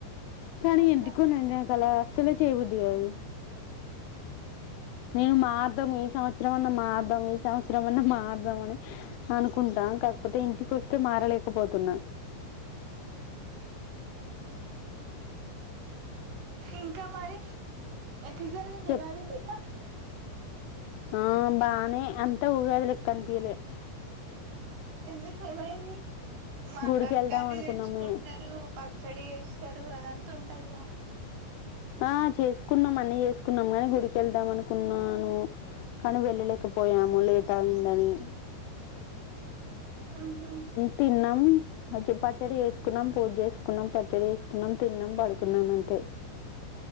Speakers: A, on the left (about 80°); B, on the right (about 65°).
A: కానీ
B: ఉండాలి
A: ఎందుకోనండి నాకలా అస్సలు చేయబుద్ధిగాదు నేను మాదం సంవత్సరం అన్నా మార్దాం ఈ సంవత్సరం అన్నా మారదాం అని అనుకుంటా కాకపోతే ఇంటికి వస్తే మారలే కపోతున్నా
B: ఇంకా మరి ఎట్లా జరిగింది
A: చెప్
B: ఉగాది నిన్న
A: ఆ బానే అంత ఊగాదిలో కనిపియలే
B: ఎందుకు ఏమైంది మటన్
A: గుడికి వెళ్దాం
B: కర్రీ
A: అనుకున్నామే
B: తెచ్చుకుంటారు పచ్చడి చే చెరువు అద అంత ఉంటందిగా
A: ఆ చేసుకున్నాంమని చేసుకు కున్నాం కాని గుడికి వెళ్దాం అనుకున్నాను, కానీ వెళ్ళలేకపోయాము లేట్ అయిందని
B: ఉహు
A: తిన్నాం పచ్చడి వేసుకున్నాం పూజ వేసుకున్నాం, పచ్చడి వేసుకున్నాం, తిన్నాం, పడుకున్నాం అంతే